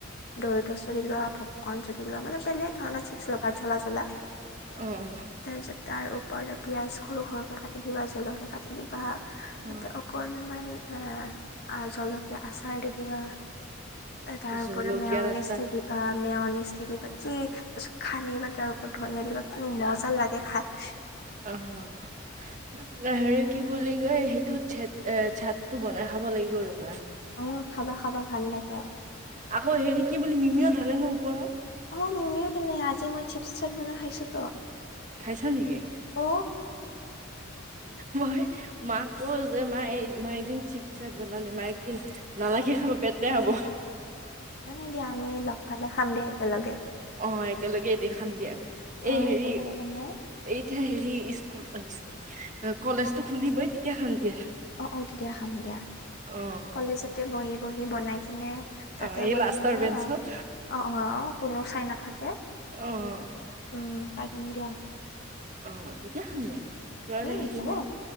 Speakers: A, on the left; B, on the right.
A: দৰিতচ <inaudible> পপকৰ্ন মানে বেলেগ ধৰণৰ চিপ লবা জ্বলা জ্বলা।
B: অহ অহ
A: তাৰ পিছত তাৰ ওপৰতে পিয়াঁজ সৰু সৰুকে কাটি দিবা জলকীয়া কাটি দিবা।
B: অহ
A: তাতে অকনমান এ জলকীয়া আচাৰ দি দিবা। তাৰ
B: জলকীয়াৰ
A: ওপৰত মেওনিচটো
B: আচাৰ
A: দিবা মেওনিচ <unintelligible> খানিবা তাৰ ওপৰত। ধনিয়া দিবা কি মজা লাগে খাই।
B: অ। হেৰি কি বুলি কয়, সেইটো এ চাতটো বনাই খাব লাগিব ৰ'বা।
A: অঁ খাবা খাবা ভাল লাগে।
B: আকৌ হেৰি কি বুলি মিমিয়ও ঢালে ন ওপৰত।
A: অ মিমিও ধালে আজি মই চিপ চপ বনাই খাইছো তো।
B: খাইছা নেকি?
A: অ
B: মই <unintelligible> মাক ক যে মা মই এদিন চিপ চাট বনাওঁ দে মায়ে কি নালাগে খাব পেট বেয়া হ'ব।
A: সিমানে দিয়া আমি লগ পালে খাম দিয়া। একেলগে।
B: অ একেলগে এদিন খাম দিয়া
A: অ
B: এই হেৰি
A: একেলগে বনাই
B: এতিয়া হেৰি স্কুল আহিছ কলেজটো খুলিবই তেতিয়া খাম দিয়া।
A: অ -অ তেতীয়া খাম দিয়া
B: অ
A: কলেজতে বহি- বহি। সি বনাই কিনে তাতে
B: অ এই
A: বনাই
B: লাষ্টৰ
A: কিনে
B: বেঞ্চত
A: অ- অ- অ কোনো চাই নাথাকে
B: অ
A: উম। ত কেন দিয়া।
B: অ তেতিয়া খাম দিয়া।
A: উম
B: হেৰি
A: হ'ব
B: নাই